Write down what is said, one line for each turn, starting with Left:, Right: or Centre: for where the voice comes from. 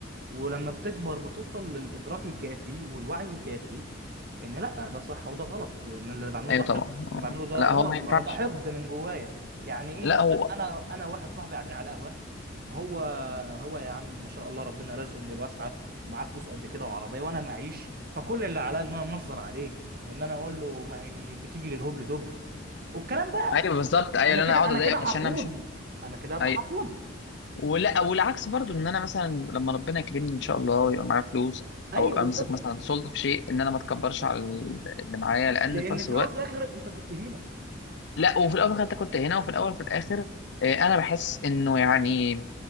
Right: ولما بتكبر بتوصل للإدراك الكافي والوعي الكافي إن لأ ده صح وده غلط وإن اللي بعمله
Left: ايوه
Right: ده حقد
Left: طبعا
Right: اللي
Left: اه
Right: بعمله ده
Left: لا
Right: غلط
Left: هو ما ينفعش
Right: وبعمله ده حقد من جوايا يعني إيه
Left: لا
Right: مثلا
Left: هو
Right: أنا أنا واحد صاحبي قاعدين على القهوة هو هو يا عم ما شاء الله ربنا رزقه من الواسعه ومعاه فلوس قد كده وعربيه وانا معيش فكل اللي عليا ان انا انظر عليه وان انا اقول له ما هي بتيجي للهبل دبل والكلام بقى
Left: ايوه بالظبط ايوه
Right: انا
Left: اللي
Right: كده
Left: انا اقعد
Right: انا
Left: اضايقه
Right: كده حقودي
Left: عشان انا مش
Right: انا كده هبقى
Left: ايوه
Right: حقودي
Left: ولا والعكس برضو ان انا مثلا لما ربنا يكرمني ان شاء الله ويبقى معايا فلوس
Right: ايوه
Left: او ابقى
Right: بالظبط
Left: امسك مثلا سلطه في شيء ان انا ما اتكبرش على ال- اللي معايا لان
Right: لان
Left: في نفس
Right: في
Left: الوقت
Right: الاول وفي الاخر انت كنت هنا
Left: لا وفي الاول انت كنت هنا وفي الاول وفي الاخر آه، انا بحس انه يعني